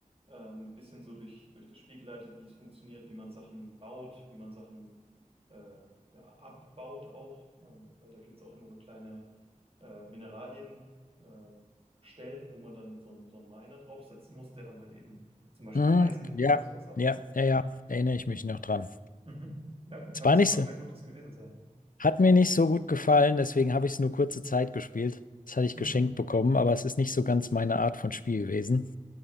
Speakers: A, on the right; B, on the left.
A: ähm, ein bisschen so durch, durch das Spiel geleitet, wie es funktioniert, wie man Sachen baut, wie man Sachen äh, ja, abbaut auch. Ähm, weil da gibt es auch immer so kleine äh, Mineralien, äh, Stellen, wo man dann so, einen- so einen Miner draufsetzen muss, der dann halt eben zum Beispiel
B: Mhm.
A: Eisen
B: Ja,
A: oder sowas abbaut.
B: ja, ja, ja, erinnere ich mich noch dran.
A: Mhm. Ja, dann kann
B: Es war
A: das
B: nicht
A: sogar
B: so,
A: sehr Gutes gewesen sein.
B: hat mir nicht so gut gefallen, deswegen habe ich es nur kurze Zeit gespielt. Das hatte ich
A: Mhm.
B: geschenkt bekommen, aber es ist nicht so ganz meine Art von Spiel gewesen.